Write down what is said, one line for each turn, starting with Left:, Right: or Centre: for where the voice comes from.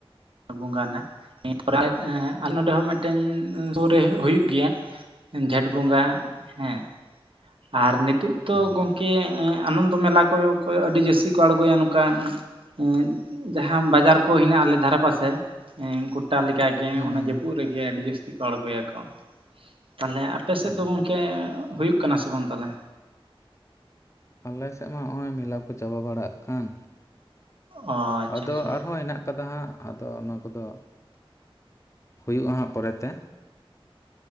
Right: ᱵᱚᱸᱜᱟ ᱱᱟᱜ ᱱᱤᱭᱟᱹᱯᱚᱨᱮ ᱟᱨ ᱟᱞᱮ ᱱᱚᱸᱰᱮ ᱦᱚᱸ ᱢᱤᱜᱴᱮᱱ ᱥᱩᱨ ᱨᱮ ᱦᱩᱭᱩᱜ ᱜᱮᱭᱟ᱾ ᱡᱷᱮᱸᱴ ᱵᱚᱸᱜᱟ ᱦᱮᱸ ᱟᱨ ᱱᱤᱛᱚᱜ ᱛᱚ
Left: ᱦᱩᱸ
Right: ᱜᱚᱝᱠᱮ ᱟᱸ, ᱟᱱᱚᱱᱫᱚ ᱢᱮᱞᱟ ᱠᱚᱜᱮ ᱠᱚ ᱟᱹᱰᱤ ᱡᱟᱹᱥᱛᱤ ᱠᱚ ᱟᱲᱜᱚᱭᱟ ᱱᱚᱝᱠᱟ, ᱮᱸ ᱡᱟᱸᱦᱟ ᱵᱟᱡᱟᱨ ᱠᱚ ᱦᱮᱱᱟᱜ-ᱟ ᱟᱞᱮ ᱫᱷᱟᱨᱮ ᱯᱟᱥᱮ ᱮᱸ ᱜᱚᱴᱟ ᱞᱮᱠᱟ ᱜᱮᱝ
Left: ᱦᱩᱸ
Right: ᱚᱱᱟ
Left: ᱦᱩᱸ
Right: ᱡᱟᱹᱯᱩᱫ, ᱨᱮᱜᱮ ᱟᱹᱰᱤ ᱡᱟᱹᱥᱛᱤ ᱠᱚ ᱟᱬᱜᱚᱭᱟᱠᱚ, ᱛᱟᱦᱚᱞᱮ ᱟᱯᱮ ᱥᱮᱫ
Left: ᱚ
Right: ᱫᱚ ᱜᱚᱝ ᱠᱮ ᱦᱩᱭᱩᱜ ᱠᱟᱱᱟ ᱥᱮ ᱵᱟᱝ ᱛᱟᱦᱚᱞᱮ᱾
Left: ᱟᱞᱮᱥᱮᱫ ᱢᱟ ᱦᱚᱜ-ᱚᱭ ᱢᱮᱞᱟ ᱠᱚ ᱪᱟᱵᱟ ᱵᱟᱲᱟᱜ ᱠᱟᱱ᱾
Right: ᱚ ᱟᱪᱪᱷᱟ
Left: ᱟᱫᱚ
Right: ᱟᱪᱪᱷᱟ
Left: ᱟᱨᱦᱚᱸ ᱦᱮᱱᱟᱜ ᱠᱟᱫᱟ ᱦᱟᱜ᱾ ᱟᱫᱚ ᱚᱱᱟ ᱠᱚᱫᱚ ᱦᱩᱭᱩᱜ-ᱟ ᱦᱟᱜ ᱯᱚᱨᱮᱛᱮ᱾